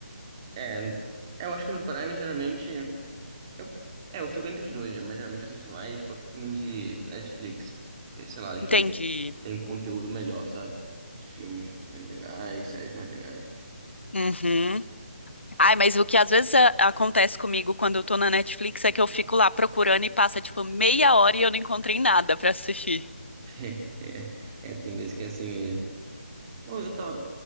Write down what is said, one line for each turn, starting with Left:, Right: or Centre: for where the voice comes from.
Right: É, eu acho que no Prime geralmente. Eu, é, eu fico entre os dois, mas geralmente eu assisto mais um pouquinho de Netflix. Que, sei lá, às
Left: Entendi.
Right: vezes tem conteúdo melhor, sabe? Filmes mais legais, séries mais legais.
Left: Uhum. Ai, mas o que às vezes a- acontece comigo quando eu tô na Netflix é que eu fico lá procurando e passa tipo meia hora e eu não encontrei nada pra assistir.
Right: <laughs> É, é, tem vezes que é assim mesmo. Pô, eu tava,